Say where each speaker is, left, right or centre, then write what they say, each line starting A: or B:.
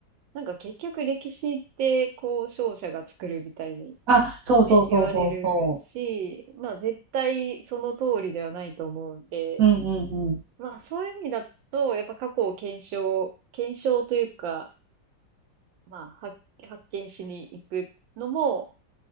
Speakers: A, on the right; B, on the right.
A: なんか結局歴史って、こう、勝者が作るみたいに
B: あ、そうそうそうそうそ
A: ね、言われるし、まあ絶対その通りではないと思うんで、
B: う。うんうんうん。
A: まあそういう意味だと、やっぱ過去を検証、検証というか、まあ発、発見しに行くのも、